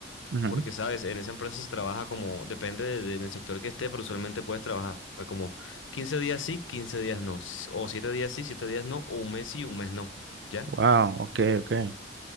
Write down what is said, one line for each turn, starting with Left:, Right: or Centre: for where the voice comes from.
Right: ujú,
Left: porque, ¿sabes? En esa empresa se trabaja como, depende de- de- del sector que esté, pero usualmente puedes trabajar como 15 días sí, 15 días no, s- o 7 días sí, 7 días no, o un mes sí, un mes no, ¿ya?
Right: Wow, ok, ok.